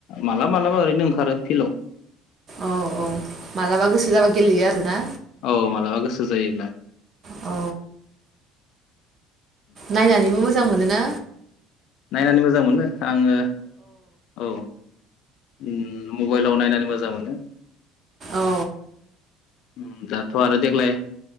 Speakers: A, on the left (about 50°); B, on the right (about 25°).
A: मालाबा मालाबा ओरैनो ओंखारो फिल्डआव।
B: औ औ मालाबा गोसो जाबा गेलेयो आरो ना?
A: औ मालाबा गोसो जायोब्ला।
B: अ नायनानैबो मोजां मोनो ना?
A: नायनानै मोजां मोनो आङो औ। उम मबाइलाव नायनानै मोजां मोनो।
B: औ
A: उम दाथ' आरो देग्लाय